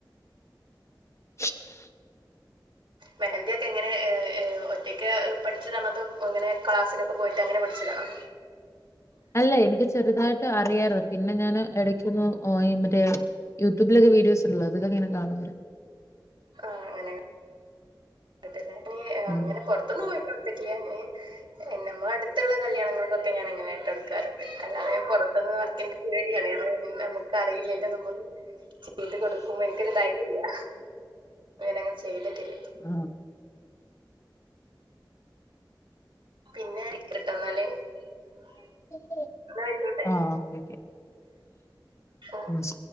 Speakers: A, on the left (about 35°); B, on the right (about 75°).
A: <inaudible>
B: മെഹന്ദിയൊക്കെ എങ്ങനെ ഏഹ് ഏഹ് ഒറ്റയ്ക്ക് പഠിച്ചതാണോ അതോ എങ്ങനെ ക്ലാസിനൊക്കെ പോയിട്ട് അങ്ങനെ പഠിച്ചതാണോ.
A: അല്ല എനിക്ക് ചെറുതായിട്ട് അറിയാരുന്നു പിന്നെ ഞാന് ഇടയ്ക്കുന്നു ഓയി മറ്റേ യൂട്യൂബിലൊക്കെ വീഡിയോസ് ഉള്ളെ അതിങ്ങനെ കാണു
B: ആഹ് അങ്ങനെ ഇട്ടിട്ടിണ്ട് എനി ഏഹ്
A: ഉം
B: അങ്ങനെ പൊറത്തൊന്നും പോയിട്ട് ഇട്ടിട്ടില്ല അങ്ങനെ നമ്മളെ അടുത്തുള്ള കല്യാണങ്ങൾക്കൊക്കെ ഞാനങ്ങനെയിട്ട് കൊടുക്കാറണ്ട് അല്ലാതെ ഞാൻ പൊറത്തിന്ന് വർക്ക് പേടിയാണ് <unintelligible> നമുക്ക് അറിയില്ലല്ലോ നമ്മള് ചെയ്ത് കൊടുക്കുമ്പോ എനിക്കൊരു ധൈര്യം ഇല്ല അങ്ങനെ ചെയ്തിട്ടില്ലേ
A: ആഹ്
B: പിന്നെ ഇത്ര തന്നാല് എന്നാ
A: ആഹ്
B: ആയിക്കോട്ടെ
A: ആ ഓക്കെ ഓക്കെ
B: ആഹ്